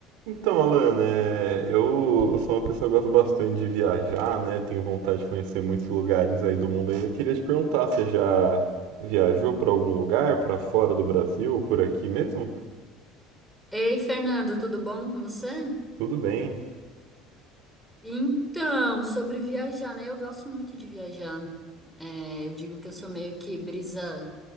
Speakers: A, on the right (about 80°); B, in the centre.
A: Então, Alan, é, eu, eu sou uma pessoa que gosta bastante de viajar, né? Tenho vontade de conhecer muitos lugares aí do mundo ainda. Queria te perguntar, você já viajou para algum lugar, para fora do Brasil, ou por aqui mesmo?
B: Ei, Fernando, tudo bom com você?
A: Tudo bem,
B: Então, sobre viajar, né? Eu gosto muito de viajar. É, eu digo que eu sou meio que brisa,